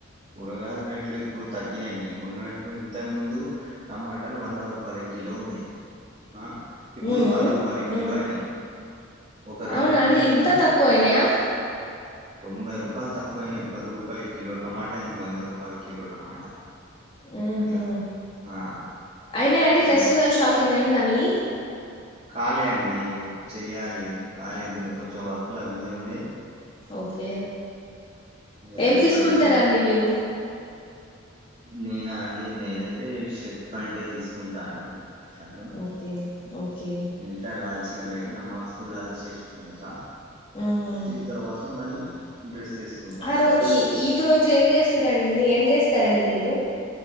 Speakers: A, on the right; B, on the left.
A: కూరగాయల రేట్లు, ఇప్పుడు తగ్గినాయండి. మన్నట్టు, ఇంతక ముందు టమాటాలు వంద రూపాయలకి. కిలో ఉండే. ఆ ఇప్పుడు,
B: ఉమ్
A: పది రూపాయలకి
B: ఉమ్,
A: కిలో అయినాయి. ఒక రెండు
B: అవునా
A: మూడు
B: అండి?
A: నెలలనే
B: ఇంత తక్కువైనయ్యా.
A: తొంభై రూపాలు తక్కువైనయ్. పది రూపాల, కిలో టమాటా అయింది. వంద రూపాలు కిలో టమాటా.
B: ఉహూ,
A: అట్లా ఆ
B: అయినాయండి?
A: గంతు
B: ఫెస్టివల్ షాపింగ్ అయిందా మీయి?
A: కాలే అండి. చేయాలి ఇం <unintelligible> కాలేదు. ఇంక కొంచెం వర్క్ లా బిజీ ఉండి.
B: ఓకే,
A: ఇగ
B: ఏం
A: రేపన్న
B: తీసుకుంటారాండి
A: ఎల్లుండి
B: మీరు?
A: నేనా అండి? నేన యితే షర్ట్, ప్యాంట్ తీసుకుంటా అండి. శాతం,
B: ఓకే ఓకే
A: ఇంట్లో లాల్చి. కి ఉన్నాయి. నమాజ్‌ కూ లాల్చీ ఏసుకున్నత,
B: ఉహు
A: వచ్చిన తర్వాత మళ్లీ డ్రెస్. వేసుకుంటా
B: ఆ,
A: అండి
B: రో. ఈ, ఈద్ రోజు ఏం చేస్తురండి? మీ ఏం చేస్తారు అండి మీరు?